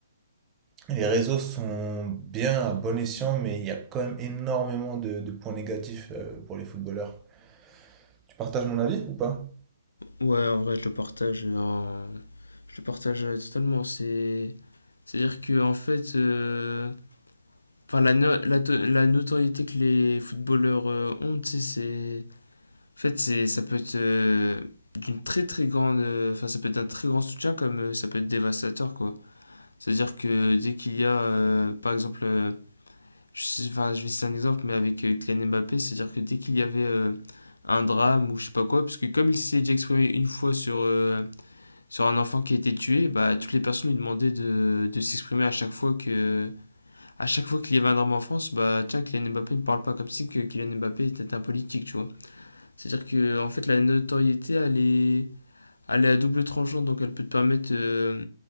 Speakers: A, on the right; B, on the left.
A: les réseaux sont bien à bon escient, mais il y a quand même énormément de, de points négatifs euh, pour les footballeurs. Tu partages mon avis ou pas?
B: Ouais, en vrai, je le partage. en- Je le partage euh, totalement. C'est. C'est-à-dire que, en fait. euh, Enfin, la, no- la, to- la notoriété que les footballeurs euh, ont, tu sais, c'est En fait, c'est, ça peut être euh, d'une très très grande, euh, enfin ça peut être d'un très grand soutien comme euh, ça peut être dévastateur quoi. C'est-à-dire que dès qu'il y a, euh, par exemple, euh, je, sais- enfin je vais citer un exemple, mais avec euh, Kylian Mbappé, c'est-à-dire que dès qu'il y avait euh, un drame ou je sais pas quoi, parce que comme il s'est déjà exprimé une fois sur euh, sur un enfant qui a été tué, bah toutes les personnes lui demandaient de, de s'exprimer à chaque fois que à chaque fois qu'il y avait un drame en France, bah tiens Kylian Mbappé ne parle pas comme si que Kylian Mbappé était un politique, tu vois. C'est-à-dire que en fait la notoriété elle est, elle est à double tranchant, donc elle peut te permettre euh,